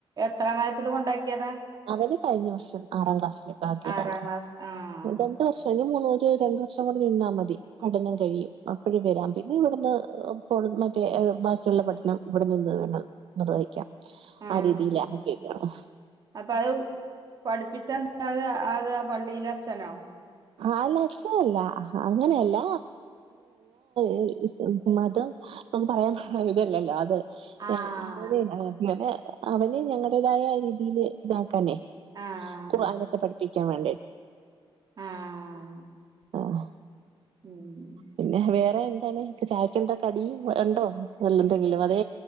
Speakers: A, on the right; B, on the right.
A: എത്രാം വയസ്സില് കൊണ്ടാക്ക്യതാ?
B: അവനെ കഴിഞ്ഞ വർഷം ആറാം ക്ലാസ്സിലെക്കാക്കിയതാണ്
A: ആറാം ക്ലാസ് ആഹ്
B: രണ്ട് വർഷം ഇനി മൂന്ന് <unintelligible> രണ്ടു വർഷം കൂടെ നിന്നാ മതി പഠനം കഴിയും അപ്പഴും വരാം പിന്നെ ഇവട്ന്ന് ഏഹ് പൊള് മറ്റേ ബാക്കിയുള്ള പഠനം ഇവടെ നിന്ന് തന്നെ നിർവായി <unintelligible>
A: ആഹ്
B: ആ രീതിലാ <unintelligible>
A: അപ്പൊ അത് പഠിപ്പിച്ച <unintelligible> അത് ആ പള്ളീല അച്ഛനോ
B: അതല്ല അഛനല്ല അങ്ങനെയല്ല <unintelligible> മതം <unintelligible> പറയാൻ ഇതല്ലല്ലോ അത് <unintelligible>
A: ആഹ്
B: അവന് ഞങ്ങടേതായ രീതില് ഇതാ <unintelligible>
A: ആഹ്
B: ഖുർആനൊക്കെ പഠിപ്പിക്കാൻ വേണ്ടി
A: ആഹ്
B: ആഹ്
A: ഉം
B: പിന്നെ വേറെ എന്താണ് ഇപ്പ ചായക്കെന്താ കടി ഇണ്ടോ വല്ല എന്തെങ്കിലും അതെ